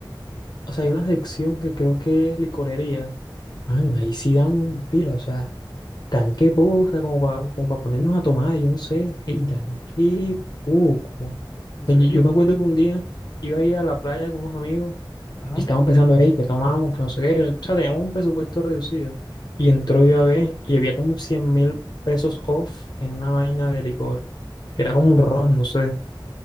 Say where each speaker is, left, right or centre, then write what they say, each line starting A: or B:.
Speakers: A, on the left; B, on the left.
A: o sea, hay una sección que creo que es licorería. Man, ahí sí dan pila, o sea, dan qué poco, o sea, como para como pa ponernos a tomar, yo no sé, ey, dan qué poco. O
B: ¿En
A: sea,
B: serio?
A: yo, yo me acuerdo que un día iba a ir a la playa con unos amigos
B: Ajá,
A: y estábamos pensando, hey, ¿qué tomamos? Que no sé qué. O sea, teníamos un presupuesto reducido. Y entró yo a ver y había como cien mil pesos off en una vaina de licor, que era como un ron, no sé.